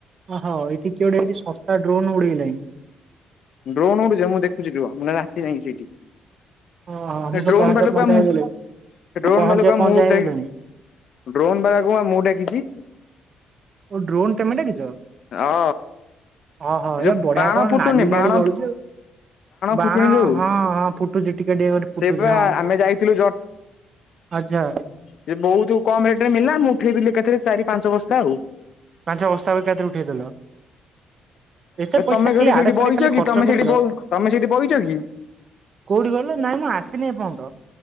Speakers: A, on the right; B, on the left.
A: ଅହୋ, ଏଠି କିଏ ଗୋଟେ ଏଠି ଶସ୍ତା ଡ୍ରୋନ୍ ଉଡେଇଲେଣି।
B: ଡ୍ରୋନ୍ ଉଡୁଚି, ମୁଁ ଦେଖୁଛି ରୁହ, ମୁଁ ରାତି ଯାଇକି ସେଇଠି।
A: ଓହୋ
B: ସେ
A: ମୁଁ ତ
B: ଡ୍ରୋନ୍
A: ପହଞ୍ଚା
B: ବାଲୁକା,
A: ପହଞ୍ଚା
B: ମୁଁ
A: ହେଇଗଲିଣି।
B: ଡ୍ରୋନ୍
A: ପହଞ୍ଚିବା
B: ବାଲୁକା
A: ପହଞ୍ଚା
B: ମୁଁ
A: ହେଇଗଲେଣି
B: ଟେଇ ଡ୍ରୋନ୍ ବାଲା କୁ ପା ମୁଁ ଡାକିଚି।
A: ଓ, ଡ୍ରୋନ୍ ତମେ ଡାକିଚ?
B: ହଁ।
A: ଅ ହ,
B: ଏ
A: ଏୟା
B: ଯୋଉ
A: ବଢିଆ
B: ବାଣ
A: କଣ
B: ଫୁଟୁନି
A: ନାଲି ନେଳି
B: ବାଣ
A: ଜଳୁଚି ଆଉ। ବାଣ
B: ଫୁଟୁନି ଯୋଉ
A: ହଁ ହଁ, ଫୁଟୁଚି, ଟିକେ ଟିକେ କରି
B: ସେ
A: ଫୁଟୁଚି,
B: ବା
A: ହଁ।
B: ଆମେ ଯାଇଥିଲୁ
A: ଆଛା।
B: ସିଏ ବହୁତ କମ୍ ରେଟରେ ମିଲିଲା, ମୁଁ ଉଠାଇଦେଲିି ଏକାଥରେ ଚାରି ପାଞ୍ଚ ବସ୍ତା ଆଉ।
A: ପାଞ୍ଚ ବସ୍ତା ବି ଏକାଥରେ ଉଠେଇଦେଲ। ଏତେ
B: ବେ
A: ପଇସା
B: ତମେ କୋଉଠି
A: ଖାଲି
B: ସେଇଠି
A: ଆଡେ ସାଡେ
B: ବଇଚ
A: ଖାଲି
B: କି
A: ଖର୍ଚ୍ଚ
B: ତମେ ସେଇଠି
A: କରୁଚ।
B: ବ ତମେ ସେଇଠି ବଇଚ କି?
A: କୋଉଠି ରହିଲ, ନାଇଁ ମୁଁ ଆସିନି ଏପର୍ଯ୍ୟନ୍ତ,